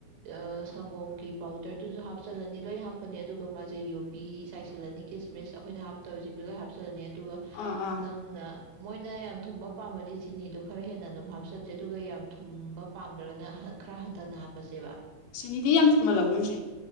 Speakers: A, on the right; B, on the left.
A: ꯑ ꯁꯪꯒꯣꯝꯒꯤ ꯄꯥꯎꯗꯔꯗꯨꯁꯨ ꯍꯥꯞꯆꯜꯂꯅꯤ ꯂꯣꯏ ꯍꯥꯞꯄꯅꯤ ꯑꯗꯨꯒ ꯃꯥꯁꯦ ꯌꯨꯕꯤ ꯆꯥꯏꯁꯤꯜꯂꯅꯤ ꯀꯤꯁꯃꯤꯁ ꯑꯩꯈꯣꯏꯅ ꯍꯥꯞꯇꯧꯔꯤꯁꯤꯡꯗꯣ ꯂꯣꯏ ꯍꯥꯞꯆꯜꯂꯅꯤ ꯑꯗꯨꯒ
B: ꯑꯥ ꯑꯥ
A: ꯅꯪꯅ ꯃꯣꯏꯅ ꯌꯥꯝ ꯊꯨꯝꯕ ꯄꯥꯝꯃꯗꯤ ꯆꯤꯅꯤꯗꯣ ꯈꯔ ꯍꯦꯟꯅ ꯑꯗꯨꯝ ꯍꯥꯞꯆꯟꯖꯦ ꯑꯗꯨꯒ ꯌꯥꯝ ꯊꯨꯝꯕ ꯄꯥꯝꯗ꯭ꯔꯒꯅ ꯈꯔ ꯍꯟꯊꯅ ꯍꯥꯞꯄꯁꯦꯕ
B: ꯁꯤꯅꯤꯗꯤ ꯌꯥꯝ ꯊꯨꯝꯍꯜꯂꯒꯨꯝꯁꯦ